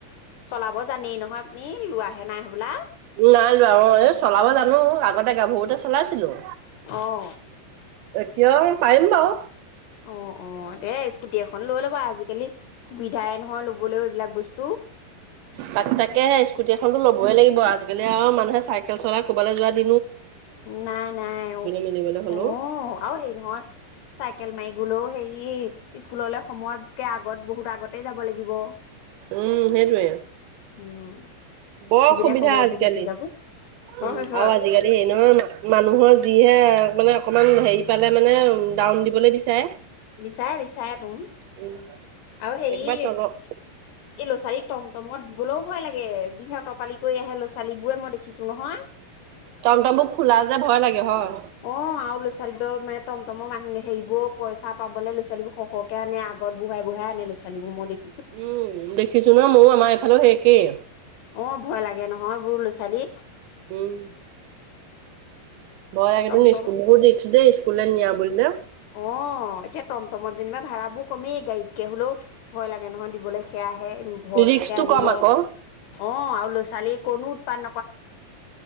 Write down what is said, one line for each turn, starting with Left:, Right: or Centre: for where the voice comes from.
Left: চলাব জানেই নহয়। <unintelligible> লোৱাহে নাই হবলা?
Right: নাই লো অ ।এই চলাব জানো আগতে গাভৰুতে চলাইছিলোঁ।
Left: অহ।
Right: এতিয়াও পাৰিম বাও।
Left: অ অ এ স্কুটি এখন লৈ ল'ব আজিকালি সুবিধাই নহয় লবলৈও এইবিলাক বস্তু
Right: তাক তাকে সে স্কুটি এখনতো লবই লাগিব আজিকালি আৰু মানুহে চাইকেল চলাই ক'বালৈ যোৱা দ
Left: নাই নাই অ
Right: মেলিবলৈ হ'লেও
Left: আৰু হেৰি নহয় চাইকেল মাৰি বোলোও হেৰি স্কুললৈ সময়কে আগত বহুত আগতে যাব লাগিব
Right: উম সেইটোৱে
Left: উম
Right: বৰ
Left: সেইপিনে
Right: সুবিধা
Left: সময়বোৰ
Right: আজিকালি
Left: গুচি যাব হয়
Right: আৰু
Left: হয়
Right: আজিকালি হেৰি নহয় মানুহৰ যিহে তাক মানে অকণমান হেৰি পালে মানে ডাউন দিবলৈ বিচাৰে
Left: বিচাৰে বিচাৰে তুমি
Right: উম
Left: আৰু সে
Right: একেবাৰে
Left: এই
Right: তলৰ
Left: ল'ৰা ছাৰীক টমটমত বোলেও ভয় লাগে যিহঁ তৰ পালি কৰি আহে ল'ৰা ছোৱালীবোে মই দেখিছো নহয় ।
Right: টমটম বু খোলা যে ভয় লাগে হয় ।
Left: অ আৰুলো ল' ছোৱালীোৰ মানে মৰ মানহেবোৰ পইা পাব লৰা ছোৱালীোৰ সহে আগ ব়াই বঢ়াই আনে লৰা ছোৱালীোৰ মই দেখ
Right: উম দেখিছো ন ময় আমাৰ এইফালেও সে অকেই
Left: অ ভয় লাগে নহয় বোৰ ল'ৰা ছোৱালী
Right: উম ভয় লাগে
Left: টমটম
Right: বহুত ৰিক্স দেই স্কুললৈ নিয়া বুলি দে
Left: অ এতিয়া তম টমত যেনিবা ভাড়াবোৰ কমেই গাড়তকে হলেওয় লাগে নহয় দিবলৈ সেয়া আহে আহে ভৰতিকে
Right: ৰিক্সটো
Left: আনিব
Right: কম আকৌ।
Left: অ আৰু ল'ৰা ছোৱালী কোনো পন